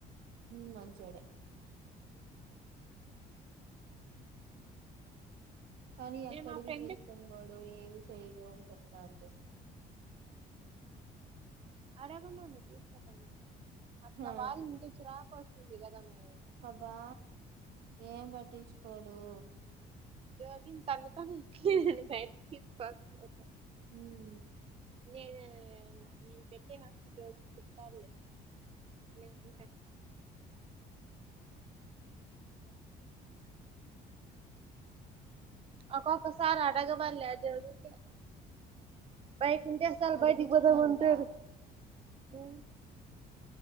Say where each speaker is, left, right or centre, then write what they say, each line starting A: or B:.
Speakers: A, on the right; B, on the right.
A: ఉమ్. మంచోడే కానీ
B: నేను
A: ఎక్కడికి
B: మా ఫ్రెండ్
A: తీసుకొని పోడ్ నువు ఏమి చేయడు అని చెప్ప అంటుంది
B: అడగమను <unintelligible> అట్లా
A: ఆ
B: వాళ్ళ ఇంటికి రా వస్తుందిగాదా మి
A: కదా ఏం పట్టించుకోడూ
B: జగి త త ప <unintelligible>
A: మ్...
B: నే నేను <unintelligible> పెట్టేనాస జోరుకి కుతలే అట్లేేడం <inaudible> ఒకొక్క సారి ఆడగమనలెగా జరు కి. బ ముందే అస్సలు
A: అడుగుతుందంట
B: బయిటికి పోదామంటడు మ్